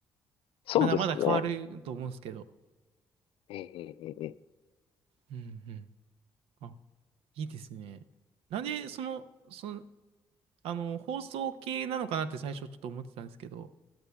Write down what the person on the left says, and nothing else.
そうですね。
ええええええ